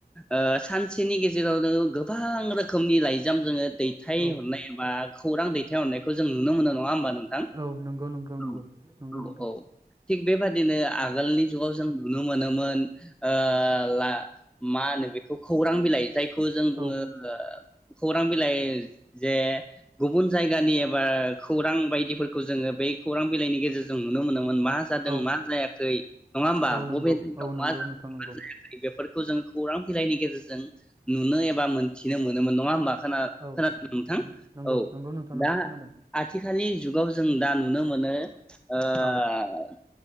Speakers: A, in the centre; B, on the right.
A: ओ सानसेनि गेजेरावनो गोबां रोखोमनि लाइजाम जोङो दैथायहरनाय
B: औ
A: बा खौरां दैथायहरनायखौ जों नुनोमोनो नङा होमबा नोंथां?
B: औ नंगौ नंगौ
A: औ
B: नंगौ नंगौ
A: औ
B: नोंथां
A: औ थिग बे बेबायदिनो आगोलनि जुगाव जों नुनो मोनोमोन ओ ला मा होनो बेखौ खौरां बिलाइ जायखौ जों बुङो
B: औ
A: खौरां बिलाइ जे गुबुन जायगानि एबा खौरां बायदिफोरखौ जोङो बै खौरां बिलाइनि गेजेरजों नुनो मोनो। मोन मा जादों
B: औ
A: मा जायाखै नङा होमबा
B: औ नंगौ
A: बबे जायगायाव
B: औ नंगौ
A: मा जादों
B: नोंथां नंगौ
A: मा जायाखै बेफोर जों खौरां बिलाइनि गेजेरजों नुनो एबा मोनथिनो मोनोमोन नङा होनबा खोनादों
B: औ
A: नोंथां
B: नं- नंगौ
A: औ
B: नंगौ नोंथां नंगौ
A: दा
B: खोनादों
A: आथिखालनि जुगाव जों दा नुनो मोनो मोनो ओ
B: औ